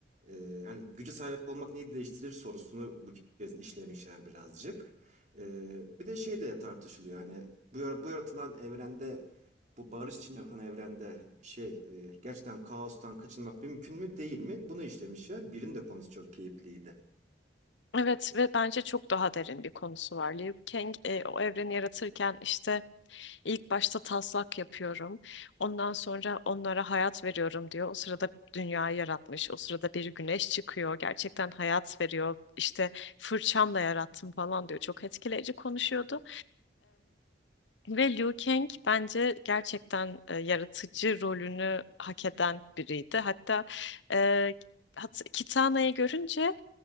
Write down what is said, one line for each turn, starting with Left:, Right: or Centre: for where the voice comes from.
Right: E, hani gücü sahip olmak neyi değiştirir sorusunu bu kez işlemişler birazcık. E, bir de şey de tartışılıyor. Hani bu, yara- bu yaratılan evrende bu barış için yaratılan evrende şey e, gerçekten kaostan kaçınmak mümkün mü değil mi? Bunu işlemişler. Birin de konusu çok keyifliydi.
Left: Evet ve bence çok daha derin bir konusu var. Liu Kang e, o evreni yaratırken işte ilk başta taslak yapıyorum. Ondan sonra onlara hayat veriyorum diyor. O sırada dünyayı yaratmış. O sırada bir güneş çıkıyor. Gerçekten hayat veriyor. İşte fırçamla yarattım falan diyor. Çok etkileyici konuşuyordu. Ve Liu Kang bence gerçekten e, yaratıcı rolünü hak eden biriydi. Hatta e, hat Kitana'yı görünce